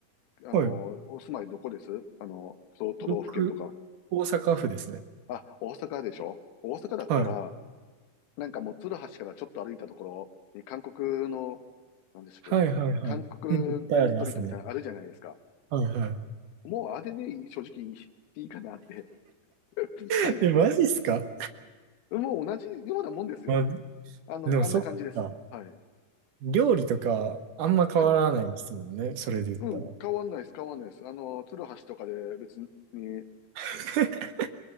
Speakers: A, on the left; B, on the right.
A: あの、
B: はい。
A: お住まいどこですあの、都都道府県とか。
B: 僕、大阪府ですね。
A: あ、大阪でしょ大阪だったら、
B: はい。
A: なんかもう、鶴橋からちょっと歩いたところに、韓国の、なんでしたっけ、
B: はいはいはい。
A: 韓国ストリートみたいなのあるじゃないですか。
B: うん、いっぱいありますね。はいは
A: もう、あれでいい正直いい、いいかなって。はい。
B: い。え、マジっすか
A: もう同じようなもんですよ。
B: まあ、
A: あの、
B: でもそっか。
A: あんな感じです。はい。
B: 料理とか、あんま変わらないですもんね。
A: はい。
B: それで言ったら。
A: うん、変わんないです、変わんないです。あの、鶴橋とかで別にね、
B: <laughs> は